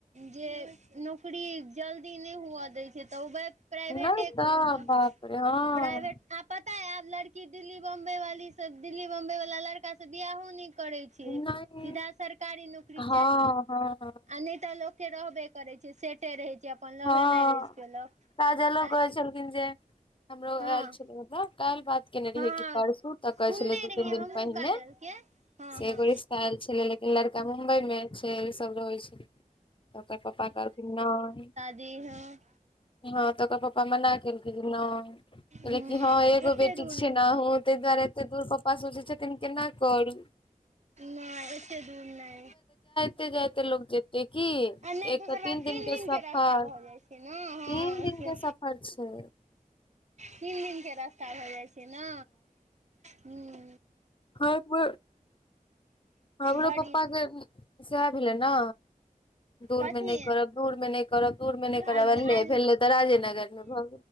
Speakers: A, on the right; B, on the left.
A: जे नौकरी जल्दी नै हुआ दै छै तऽ उ <unintelligible> प्राइवेटे
B: नहि
A: करू
B: तऽ
A: त
B: बाप रे हँ
A: प्राइवेट आ पता आय आब लड़की दिल्ली बम्बय वाली सब दिल्ली बम्बय वला लड़का से बियाहो ने करै छै,
B: नहि
A: सीधा सरकारी नौकरी
B: हँ
A: चाही।
B: हँ हँ
A: आ नै तऽ लोक के रहबे करै छै, सेटे रहै छै। अपन लवे
B: हां
A: मैरेज केलक
B: काजलो
A: तऽ
B: कहै छलखिन जे हमरो
A: हँ
B: आएल छलै ओता। काएल बात केने रहियै
A: हँ
B: कि परसू तऽ
A: सुनने
B: कहे छलै दू-तीन
A: रहियै
B: दिन
A: हमहूँ
B: पहिने
A: काजल के हँ
B: से
A: हँ
B: एगो रिश्ता आएल छलै ले लड़का मुम्बय मे छै ई सब रहै छै त ओकर पप्पा कहलखिन नै
A: जी हां।
B: हां तऽ ओकर पप्पा मना केलकै जे नै
A: हूँ
B: लेकि हां एगो
A: ओते
B: बेटी
A: दूर
B: छै
A: नै
B: ना हां तै दुआरे एते दूर प पा सोचे छथिन केना करू।
A: नै एते दूर नै।
B: ते जाते लोग जेते की
A: आ नै
B: एक
A: दोसर
B: तऽ
A: बात
B: तीन दिन के स
A: रास्ता
B: फर
A: भऽ
B: तीन
A: जाइ छै ने हँ
B: दिन
A: से
B: के सफर छै।
A: तीन दिन के रास्ता भऽ जाय छै ना हुं।
B: हम हमरो
A: बड़ी
B: पप्पा के उम्म साएह भेले नै। दूरमे
A: कथी
B: नै करब दूर मे नै करब दूरमे नै
A: आ
B: करब अले
A: आ
B: भेलै तऽ राजेनगर मे भऽ।